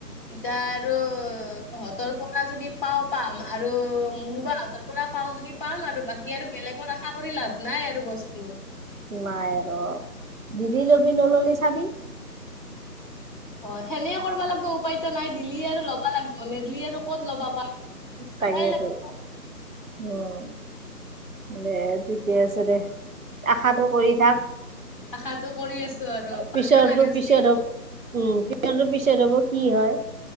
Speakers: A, on the left; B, on the right.
A: ই তাৰ আৰু তহঁতৰ পৰা যদি পাওঁ পাম আৰু মুনু বাহঁতৰ পৰা পাওঁ যদি পাম আৰু বাকী আৰু বেলেগৰ আশা কৰি লাভ নাই আৰু বস্তু
B: নাই ৰ' দিলি লবি নললে চাবি
A: হয় সেনে কৰবা লাগব উপায়তো নাই দিলি আৰু ল'বা লাগিব নেদিলি আৰু ক'ত ল'বা পাই চাবাই
B: তাকেতো
A: লাগব
B: উম, দে ঠিকে আছে দে আশাটো কৰি থাক।
A: আশাটো কৰি আছো আৰু পাখা
B: পিছৰটো
A: নাগাজলি
B: পিছত
A: আৰু
B: হব উম, পিছৰটো পিছত হব কি হয়?